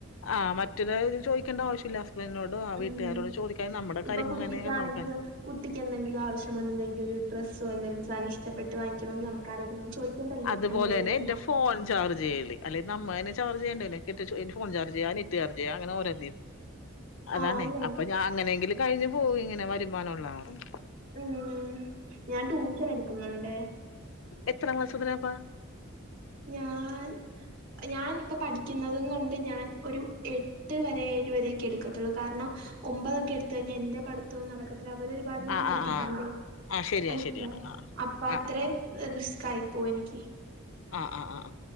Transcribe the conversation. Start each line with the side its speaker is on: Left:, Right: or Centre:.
Left: ആഹ് മറ്റൊരുത് ചോദിക്കണ്ട ആവശ്യില്ല ഹസ്ബന്റിനോട് ഡോ ആ
Right: ഉം
Left: വീട്ടുകാരോടടോ ചോദിക്കാൻ നമ്മുടെ
Right: ഇപ്പൊ
Left: കാര്യങ്ങള്
Right: കുട്ടിക്കാണെങ്കിലും
Left: എങ്ങനെങ്കിലും നോക്കാല്ല
Right: കുട്ടിക്ക് എന്തെങ്കിലും ആവശ്യം വന്ന്ണ്ടെങ്കി ഒരു ഡ്രസ്സോ എന്തേലും സാദനം ഇഷ്ടപ്പെട്ട് വാങ്ങിക്കണോങ്കി നമ്മുക്ക് ക്കാരോടെങ്കിലും ചോദിക്കണ്ടല്ലോ
Left: അതുപോലെ
Right: നമ്മടെ കയ്യി
Left: തന്നെ
Right: പൈസ
Left: എന്റെ
Right: ഉണ്ടേ
Left: ഫോൺ ചാർജ് ചെയ്യല് അല്ലങ്കി നമ്മ തന്നെ ചാർജ് ചെയ്യണ്ടേല്ലേ കിറ്റെച്ച് ഈ ഫോൺ ചാർജ് ചെയ്യുക നെറ്റ് ചാർജ് ചെയ്യുക അങ്ങനെ ഓരോന്നും അതാണേ
Right: ആന്നെ
Left: അപ്പൊ ഞാൻ അങ്ങനെങ്കിലും കഴിഞ്ഞു പോകും ഇങ്ങനെ വരുമാനം ഉള്ളാരണം
Right: ഉം ഞാൻ ട്യൂഷൻ എടുക്കുന്നുണ്ടേ
Left: എത്രാം ക്ലാസ് മുതലാപ്പാ
Right: ഞാൻ ഞാൻ ഇപ്പ പഠിക്കുന്നതും കൊണ്ട് ഞാൻ ഒരു എട്ട് എട്ട് വരെ ഏഴ് വരെയ്ക്കെ എടുക്കത്തുള്ളൂ കാരണം ഒമ്പതൊക്കെ എടുത്തു കഴിഞ്ഞാൽ എന്റെ പടിതോം നടക്കത് ല്ല അവരൊരുപാട് നേരം
Left: ആ
Right: പഠിപ്പിക്കണ്ടെ
Left: ആ ആ ആ ശരിയാ
Right: <unintelligible>
Left: ശരിയാണ് ആ
Right: അപ്പൊ
Left: ആ
Right: അത്രേം
Left: ആ
Right: റിസ്കായിപ്പോഎനിക്ക്
Left: ആ ആ ആ